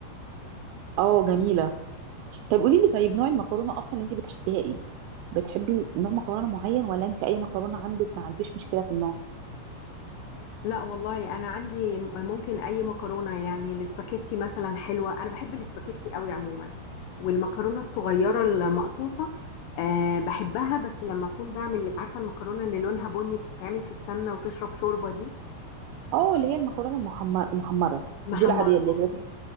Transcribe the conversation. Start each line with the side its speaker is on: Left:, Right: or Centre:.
Right: اه جميله طب قولي لي طيب نوع المكرونه اصلا اللي انت بتحبيها ايه بتحبي نوع مكرونه معين ولا انت اي مكرونه عندك ما عندكيش مشكله في النوع
Left: لا والله انا عندي م- ممكن اي مكرونه يعني الاسباجيتي مثلا حلوه انا بحب الاسباجيتي قوي عموما والمكرونه الصغيره المقصوصه أه بحبها بس لما اكون بعمل عارفه المكرونه اللي لونها بني بتتعمل في السمنه وتشرب شوربه دي
Right: اه اللي هي المكرونه المحمر المحمره
Left: محمره
Right: دي العاديه اللي هي